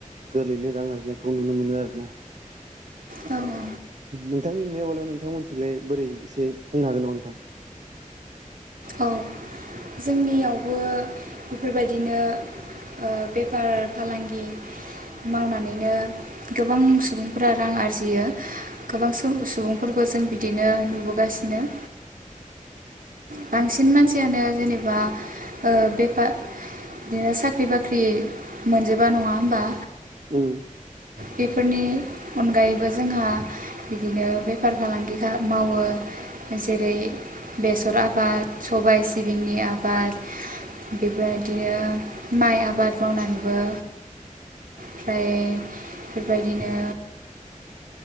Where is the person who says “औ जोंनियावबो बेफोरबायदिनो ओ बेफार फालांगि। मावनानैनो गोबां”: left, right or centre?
Right